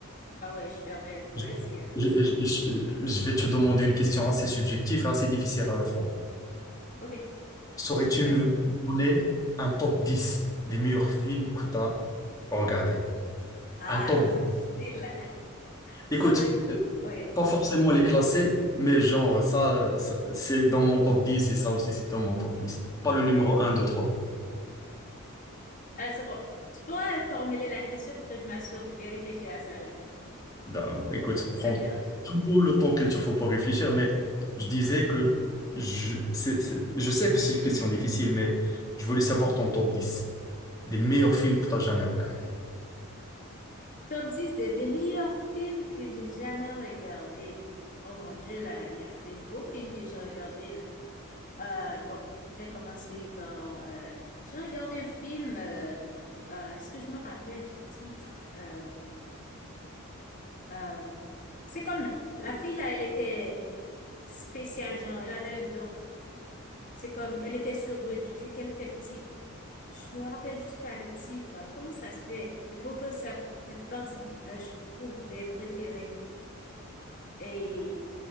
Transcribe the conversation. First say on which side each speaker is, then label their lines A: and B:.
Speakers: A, on the left (about 35°); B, on the left (about 15°).
A: Ah ouais, je permets.
B: Je,
A: Vas-y. euh.
B: je- je- je- je vais te demander une question assez subjective et assez difficile à la fois.
A: Ok,
B: Saurais-tu
A: vas-y.
B: me donner un top 10 des meilleurs films que tu as regardés?
A: Ah,
B: Un top.
A: c'est difficile. <laughs>
B: Écoute,
A: Sur le coup.
B: euh,
A: Oui.
B: pas forcément les classer, mais genre, ça, ça, c'est dans mon top 10 et ça aussi, c'est dans mon top 10. Pas le numéro un, 2, 3.
A: Ah, seconde. Tu pourrais formuler la question pour que je m'assure de bien réfléchir à ça, là.
B: Là, écoute,
A: Ça
B: prends
A: te dérange.
B: tout le temps qu'il te faut pour réfléchir, mais je disais que je, c'est- c'est- je sais que c'est une question difficile, mais je voulais savoir ton top 10 des meilleurs films que tu as jamais regardés.
A: Top 10 de- des meilleurs films que j'ai jamais regardés. Oh mon Dieu, là, il y a des beaux films que j'ai regardés, là. Euh, bon, je vais commencer par... euh, j'ai regardé un film... euh, euh, est-ce que je me rappelle du titre? Euh, Euh, c'est comme la fille là, elle était spéciale, genre, elle avait un don. C'est comme, elle était surdouée depuis qu'elle était petite. Je me rappelle juste pas le titre. Comment ça se fait? Et pourtant, ça, ça fait partie, euh, je trouve, des préférés. Et